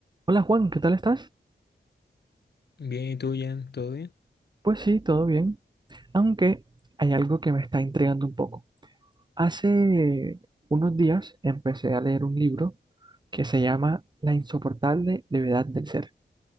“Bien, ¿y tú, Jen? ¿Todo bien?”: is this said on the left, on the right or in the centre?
Left